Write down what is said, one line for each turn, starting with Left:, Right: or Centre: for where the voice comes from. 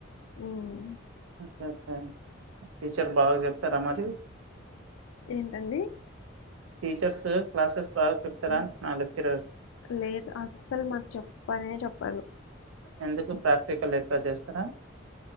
Left: ఉమ్
Right: ఓకే ఓకే టీచర్ బాగా చెప్తారా మరి
Left: ఏంటండి
Right: టీచర్స్ క్లాసెస్ బాగా చెప్తరా
Left: ఆ
Right: అంటున్నా లెక్చర్లు
Left: లేదు అస్సలు మాకు చెప్పనే చెప్పదు
Right: ఎందుకు ప్రాక్టికల్ ఎక్కువ చేస్తారా